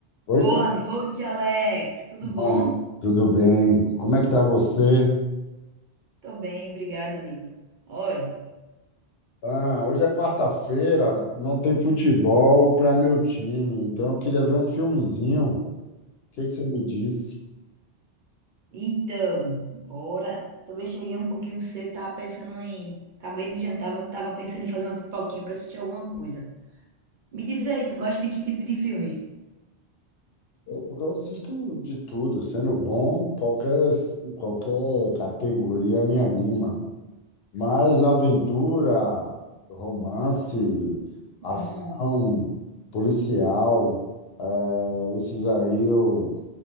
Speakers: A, on the left; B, on the right.
A: Oi,
B: Boa noite, Alex. Tudo
A: Carmano.
B: bom?
A: Tudo bem? Como é que tá você?
B: Tô bem, obrigada, amigo. Olha,
A: Ah, hoje é quarta-feira, não tem futebol para meu time, então eu queria ver um filmezinho. O que que você me diz?
B: então, bora. Talvez cheguei um pouquinho cedo, tava pensando em. Acabei de jantar, mas tava pensando em fazer uma pipoquinha pra assistir alguma coisa. Me diz aí, tu gosta de que tipo de filme?
A: Eu, eu assisto de tudo, sendo bom, qualquer, qualquer categoria me anima. Mas aventura, romance, ação,
B: Hum,
A: policial, eh, esses aí eu